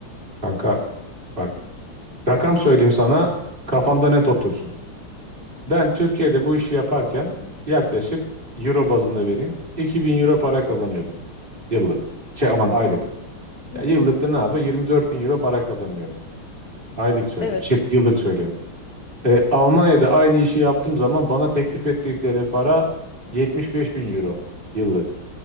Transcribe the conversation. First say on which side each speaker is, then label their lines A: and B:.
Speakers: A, on the right; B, on the left.
A: Kanka bak rakam söyleyeyim sana kafanda net otursun. Ben Türkiye'de bu işi yaparken yaklaşık euro bazında vereyim 2000 euro para kazanıyordum yıllık. Şey aman aylık.
B: Hı hı. Hı
A: Ya
B: hı.
A: yıllıkta ne yapıyor? 24 bin euro para kazanıyorum. Aylık söylüyorum.
B: Evet.
A: Şey, yıllık söylüyorum. E, Almanya'da aynı işi yaptığım zaman bana teklif ettikleri para 75 bin euro yıllık.